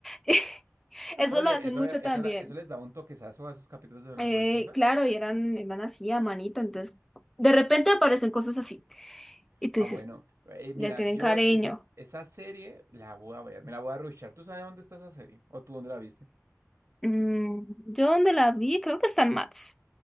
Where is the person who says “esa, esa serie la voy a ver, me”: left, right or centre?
Right